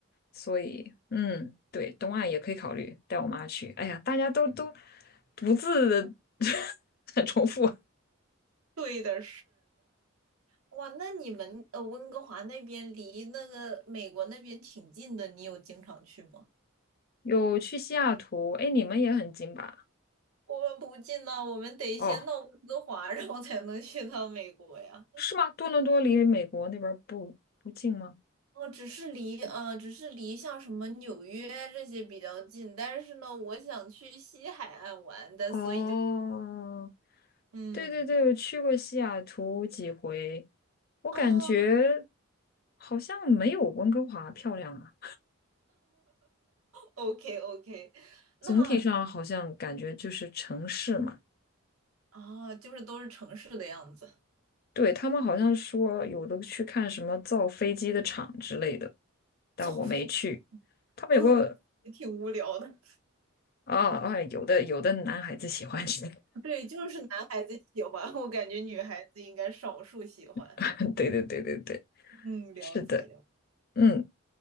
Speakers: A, on the left (about 45°); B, on the right (about 90°).
A: 所以嗯，对，东岸也可以考虑带我妈去。哎呀，大家都都不自 <laughs> 很重复啊。
B: 对的。哇，那你们呃温哥华那边离那个美国那边挺近的，你有经常去吗？
A: 有去西雅图，哎，你们也很近吧？
B: 我们不近呐，我们得先到温哥华，
A: 哦，
B: 然后才能去趟美国呀。
A: 是吗？多伦多离美国那边儿不不近吗？
B: 哦，只是离呃，只是离像什么纽约这些比较近，但是呢，我想去西海岸玩但所以就
A: 哦，
B: 嗯
A: 对对对，我去过西雅图几回，我感觉
B: 啊
A: 好像没有温哥华漂亮啊。
B: o k OK，那
A: 总体上好像感觉就是城市嘛。
B: 啊，就是都是城市的样子，
A: 对，他们好像说有的去看什么造飞机的厂之类的，但我没去。
B: 造飞机，
A: 他们有个
B: 嗯，也挺无聊的。
A: 啊啊，有的有的男孩子喜欢去，
B: 对，就是男孩子喜欢，我感觉女孩子应该少数喜欢。
A: <laughs> 对对对对对，
B: 嗯，
A: 是的，
B: 了解了，
A: 嗯。